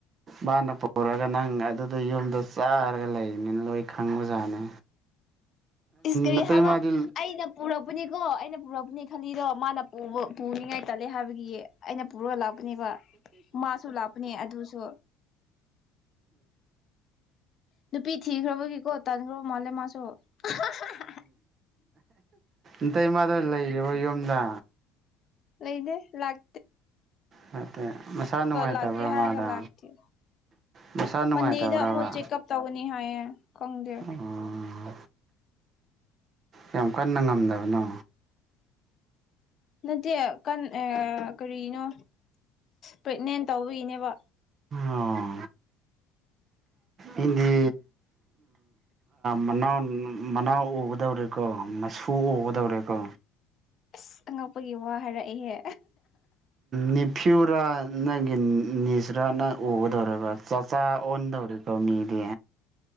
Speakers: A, on the right; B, on the left.
A: ꯃꯥꯅ ꯄꯨꯔꯒ ꯅꯪ ꯑꯗꯨꯗ ꯌꯨꯝꯗ ꯆꯥꯔꯒ ꯂꯩꯕꯅꯤꯅ ꯂꯣꯏ ꯈꯪꯕꯖꯥꯠꯅꯦ
B: ꯏꯁꯀꯔꯤ
A: ꯅꯇꯩꯃꯗꯤ
B: ꯍꯥꯏꯕ ꯑꯩꯅ ꯄꯨꯔꯛꯄꯅꯤ ꯀꯣ ꯑꯩꯅ ꯄꯨꯔꯛꯄꯅꯦ ꯈꯥꯜꯂꯤꯗꯣ ꯃꯥꯅ ꯄꯨꯕ ꯄꯨꯅꯤꯡꯉꯥꯏ ꯇꯜꯂꯦ ꯍꯥꯏꯕꯒꯤ ꯑꯩꯅ ꯄꯨꯔꯒ ꯂꯥꯛꯄ ꯂꯥꯛꯄꯅꯦꯕ ꯃꯥꯁꯨ ꯂꯥꯞꯄꯅꯦ ꯑꯗꯨꯁꯨ ꯅꯨꯄꯤ ꯊꯤꯈ꯭ꯔꯕꯒꯤꯀꯣ ꯇꯥꯟꯈ꯭ꯔꯕ ꯃꯥꯜꯂꯦ ꯃꯥꯁꯨ ꯑꯍꯥꯍꯥ
A: ꯑꯇꯩꯃꯥꯗꯣ ꯂꯩꯔꯤꯕꯣ ꯌꯨꯝꯗ
B: ꯂꯩꯅꯦ ꯂꯥꯛ
A: ꯅꯠꯇꯦ ꯃꯁꯥ ꯅꯨꯡꯉꯥꯏ
B: ꯂꯥꯛꯀꯦ
A: ꯇꯕ꯭ꯔꯣ
B: ꯍꯥꯏꯔꯒ
A: ꯃꯥꯗꯣ
B: ꯂꯥꯛꯇꯦ
A: ꯃꯁꯥ ꯅꯨꯡꯉꯥꯏꯇꯕ꯭ꯔꯥꯕ
B: ꯃꯟꯗꯦꯗ ꯑꯃꯨꯛ ꯆꯦꯛꯑꯞ ꯇꯧꯒꯅꯤ ꯍꯥꯏꯌꯦ ꯈꯪꯗꯦ
A: ꯑꯣ ꯌꯥꯝ ꯀꯟꯅ ꯉꯝꯗꯕꯅꯣ
B: ꯅꯠꯇꯦ ꯀꯟ ꯀꯔꯤꯅꯣ ꯄ꯭ꯔꯦꯒꯅꯦꯟ ꯇꯧꯕꯋꯒꯤꯅꯦꯕ
A: ꯑꯣ ꯍꯤꯟꯗꯤ ꯃꯅꯥꯎ ꯃꯅꯥꯎ ꯎꯒꯗꯧꯔꯦꯀꯣ ꯃꯁꯨ ꯎꯒꯗꯧꯔꯦꯀꯣ
B: ꯑꯁ ꯑꯉꯛꯄꯒꯤ ꯋꯥ ꯍꯥꯏꯔꯛꯑꯦꯍꯦ
A: ꯅꯤꯐꯤꯌꯨꯔꯥ ꯅꯪꯒꯤ ꯅꯤꯁꯔꯥꯅꯪ ꯎꯒꯗꯧꯔꯒ ꯆꯆꯥ ꯑꯣꯟꯗꯧꯔꯦꯀꯣ ꯃꯤꯗꯤ